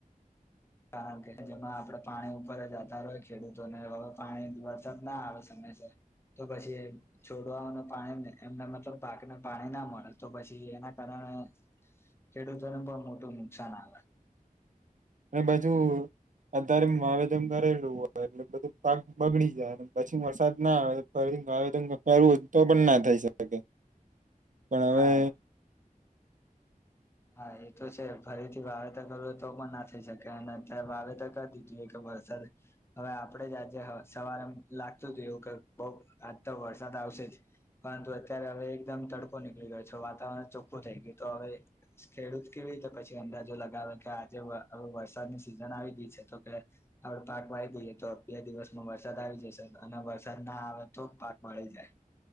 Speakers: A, on the left; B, on the right.
A: કારણ કે જેમાં આપણે પાણી ઉપર જતા હોઈ ખેડૂતોને હવે પાણી વરસાદ ના આવે સમયસર તો પછી છોડવાઓને પાણી એમને મતલબ પાકને પાણી ના મળે તો પછી એના કારણે ખેડૂતોને પણ મોટું નુકસાન આવે
B: અને પછુ અતારે માવેદન કરેલું હોય એટલે બધું પાક બગડી જાય પછી વરસાદ ના આવે માવેદન કરવું હોય તો પણ ના થઈ શકે પણ હવે
A: હા હા એ તો છે ફરીથી વાવેતર કરવું તો પણ ના થઈ શકે અને અત્યારે વાવેતર કરી દીધું કે વરસાદ હવે આપણેે જ આજે સવારે એમ લાગતું થયું કે બઉ આજ તો વરસાદ આવશે જ પરંતુ અત્યારે હવે એકદમ તડકો નીકળી ગયો છે વાતાવરણ ચોખ્ખું થઈ ગયું તો હવે ખેડૂત કેવી તો પછી અંદાજો લગાવે કે આજે વરસાદની સિઝન આવી ગઈ છે તો કે આપડ પાક વાહીી દઈએ તો બે દિવસમાં વરસાદ આવી જશે અને વરસાદ ના આવે તો પાક મળળી જાય